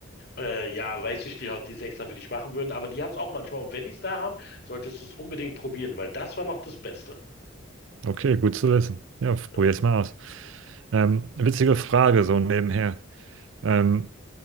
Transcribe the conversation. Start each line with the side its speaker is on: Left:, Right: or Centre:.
Left: Äh, ja, Weißfischstäbchen hat die es extra für dich machen würden, aber die haben es auch manchmal. Und wenn die es da haben, solltest du es unbedingt probieren, weil das war noch das Beste.
Right: Okay, gut zu wissen. Ja,
Left: Ja.
Right: probier's mal aus. Ähm, witzige Frage, so nebenher. Ähm,